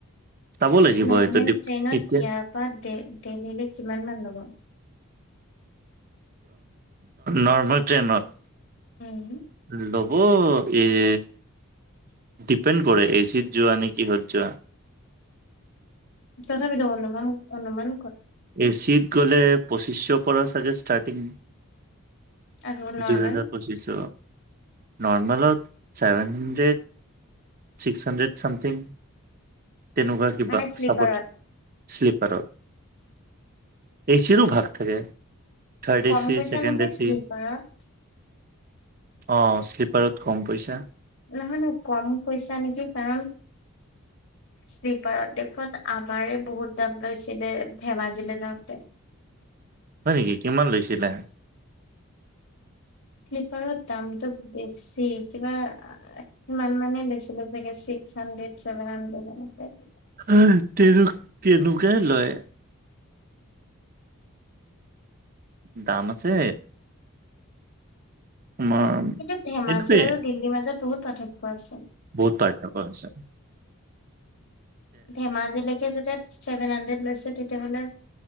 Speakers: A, on the right; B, on the left.
A: চাব লাগিব
B: নৰ্মেল
A: এইটো ডিপ
B: ট্ৰেইনত
A: এতিয়া
B: ইয়াৰ পৰা দে, দেলহিলে কিমান মান ল'ব?
A: নৰ্মেল ট্ৰেইনত
B: উম।
A: লৱ অ' <unintelligible> ডিপেণ্ড কৰে এচিত যোৱা নে, কিহত যোৱা।
B: তথাপিতো অনুমান-অনুমান
A: এচিত গ'লে পঁচিছশৰ পৰা চাগে ষ্টাৰ্টিং।
B: আৰু নৰ্মেল
A: দুহাজাৰ পঁচিছশ। নৰ্মেলত seven hundred, six hundred something. তেনেকুৱা কিবা
B: মানে শ্লিপাৰত
A: চাগৈ শ্লীপাৰত। এচিৰো ভাগ থাকে। থাৰ্ড
B: কম
A: এ চি
B: কৈছা
A: ছেকেণ্ড
B: নেকি
A: এ
B: শ্লিপাৰত।
A: চি অ' শ্লীপাৰত কম পইচা।
B: নহয় <unintelligible> কম কৈছা নেকি কাৰণ শ্লিপাৰত দেখোন আমাৰে বহুত দাম লৈছে। দিলে ধেমাজিলে যাওঁতে
A: হয় নেকি কিমান লৈছিলে
B: শ্লিপাৰত দামতটো বেছি কিবা সমান মানে বেছিলে চাগে ছিক্স হাড্ৰেড চছেভেন হাড্ৰেড এনেকে
A: হ তেনে তেনেকুৱাই লয় দাম আছে তোমাৰ
B: কিন্তু ধেমাজি
A: এইটোৱে
B: আৰু দিল্লীৰ মাজত বহুত পাৰথক্য আছিল
A: বহুত পাৰ্থক্য হৈছে
B: ধেমাজিলকে যেতিয়া ছেভেন হাড্ৰেড লৈছে তেতিয়াাহ'লে